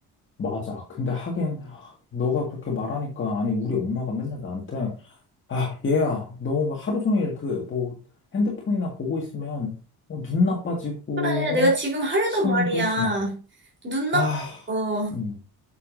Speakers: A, on the left; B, on the right.
A: 맞아. 근데 하긴 아, 너가 그렇게 말하니까 아니 우리 엄마가 맨날 나한테 아, 얘야, 너뭐 하루 종일 그, 뭐, 핸드폰이나 보고 있으면, 어, 눈 나빠지고,
B: 그래, 내가 지금
A: 어?
B: 하려던
A: 시간
B: 말이야.
A: 낭비하지 마.
B: 눈 나빠서,
A: 아, 음,